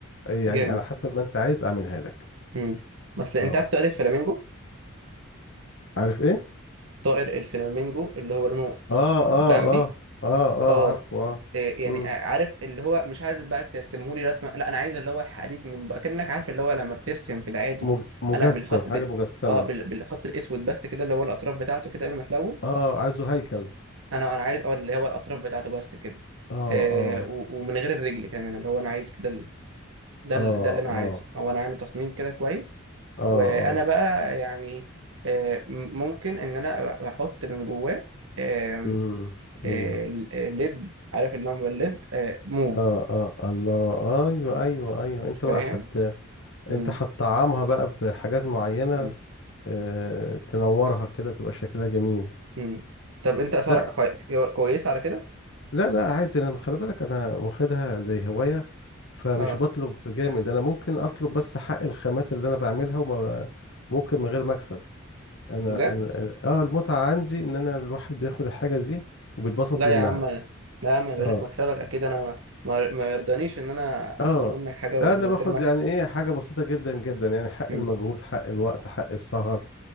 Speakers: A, on the left; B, on the right.
A: يعني
B: جامد
A: على حسب ما انت عايز اعملها لك
B: امم بس انت
A: اه
B: عارف طائر الفلامينجو
A: عارف ايه
B: طائر الفلامينجو اللي هو لونه
A: اه
B: بامبي
A: اه اه اه اه
B: اه
A: عارفه اه
B: إيه
A: مم.
B: يعني آه، عارف اللي هو مش عايز بقى ترسمه لي رسمه لا انا عايز اللي هو حديد من بقى كانك عارف اللي هو لما بترسم في العادي
A: مج- مجسم
B: قلم بالخط
A: حاجة
B: بال...
A: مجسمة
B: اه بال... بالخط الاسود بس كده اللي هو الاطراف بتاعته كده قبل ما تلون
A: اه عايزه هيكل
B: انا انا عايز اه اللي هو الاطراف بتاعته بس كده
A: اه
B: آه
A: اه
B: و... ومن غير الرجل كمان اللي هو انا عايز كده ده
A: اه
B: ال- ده اللي انا
A: اه
B: عايزه هو انا عندي تصميم كده كويس
A: اه
B: وانا
A: اه
B: بقى يعني آه، م- ممكن ان انا احط من جواه آم،
A: امم امم
B: آه، ال- آه، ليد عارف اللي هو الليد آه، موف
A: اه اه الله ايوه ايوه ايوه انت
B: فاهم
A: بقى حت
B: مم،
A: انت هتطعمها بقى بحاجات معينة
B: مم،
A: آه، تنورها كده تبقى شكلها جميل
B: مم. طب انت اسعارك
A: لا
B: حي- كو- كويسه على كده
A: لا لا عادي انا خلي بالك انا واخدها زي هواية فمش
B: اه
A: بطلب جامد انا ممكن اطلب بس حق الخامات اللي انا بعملها وما ممكن من غير مكسب انا
B: بجد
A: ال- ال- اه المتعة عندي ان انا الواحد بياخد الحاجة دي وبيتبسط
B: لا
A: منها
B: يا عم لا يا عم بقيت
A: اه
B: مكسبك اكيد انا ما ما يرضانيش ان انا
A: اه
B: اطلب منك حاجه
A: انا
B: ومن
A: باخد
B: غير مكسب
A: يعني ايه حاجة بسيطة جدا جدا يعني حق
B: مم،
A: المجهود حق الوقت حق السهر